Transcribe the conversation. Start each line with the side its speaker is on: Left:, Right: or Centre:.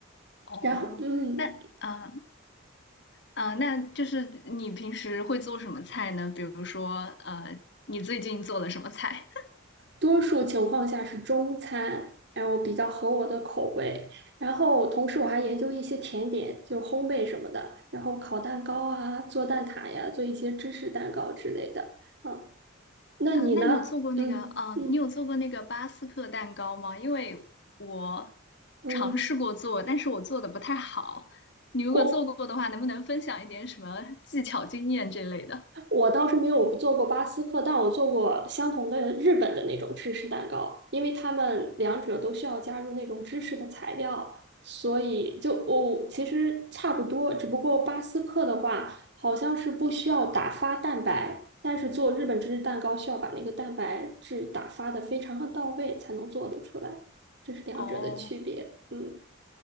Left: 哦，
Right: 然后嗯。
Left: 那嗯。呃啊，那就是你平时会做什么菜呢？比如说，呃，你最近做了什么菜？<laughs>
Right: 多数情况下是中餐，然后比较合我的口味。然后同时我还研究一些甜点，就是烘焙什么的，然后烤蛋糕啊，
Left: 哦，
Right: 做蛋挞呀，做一些芝士蛋糕之类的。啊，那你呢？
Left: 啊，那你有做过那个，
Right: 嗯嗯
Left: 嗯，你有做过那个巴斯克蛋糕吗？因为我
Right: 嗯，
Left: 尝试过做，但是我做的不太好。你如果做过的话，
Right: 我
Left: 能不能分享一点什么技巧、经验这类的？
Right: 我倒是没有做过巴斯克，但我做过相同的日本的那种芝士蛋糕，因为他们两者都需要加入那种芝士的材料，所以就哦，其实差不多，只不过巴斯克的话好像是不需要打发蛋白，但是做日本芝士蛋糕需要把那个蛋白质打发的非常的到位才能做得出来，这是两者的区别。
Left: 哦，
Right: 嗯。